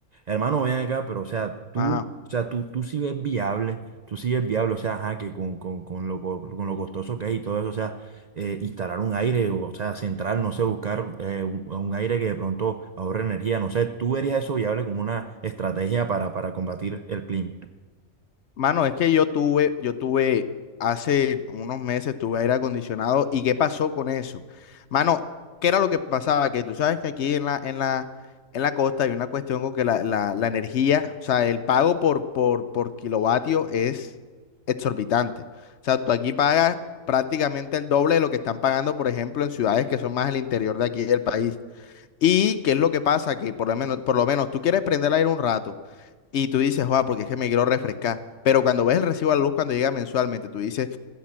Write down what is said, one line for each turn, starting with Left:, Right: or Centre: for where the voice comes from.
Right: Hermano, ven acá, pero o sea, tú,
Left: Ajá.
Right: o sea, tú, tú sí ves viable, tú sí ves viable, o sea, ajá, que con, con, con lo, co- con lo costoso que es y todo eso, o sea, eh, instalar un aire, o sea, central, no sé, buscar eh, un, un aire que de pronto ahorre energía, no sé, ¿tú verías eso viable como una estrategia para, para combatir el clima?
Left: Mano, es que yo tuve, yo tuve hace unos meses tuve aire acondicionado y ¿qué pasó con eso? Mano, ¿qué era lo que pasaba? Que tú sabes que aquí en la, en la, en la costa hay una cuestión con que la, la, la energía, o sea, el pago por, por, por kilovatio es exorbitante. O sea, tú aquí pagas prácticamente el doble de lo que están pagando, por ejemplo, en ciudades que son más el interior de aquí del país. Y qué es lo que pasa, que por lo menos, por lo menos tú quieres prender el aire un rato y tú dices, joa, porque es que me quiero refrescar. Pero cuando ves el recibo de la luz cuando llega mensualmente, tú dices,